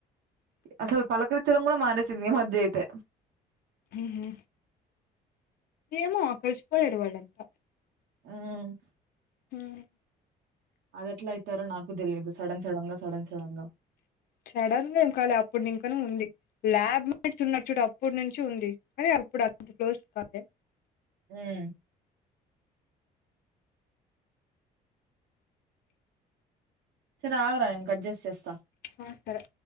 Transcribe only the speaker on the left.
ఉహు ఏమో కలిసిపోయారు వాళ్ళంతా.
ఉమ్.
సడన్ గా ఎంకాలే అప్పుడు నుం ఇంకానే ఉంది ల్యాబ్ మేట్స్ ఉన్నారు చూడు అప్పుటినుంచి ఉంది అదే. ఇప్పుడు అంత క్లోజ్ కాలే
ఆ సరే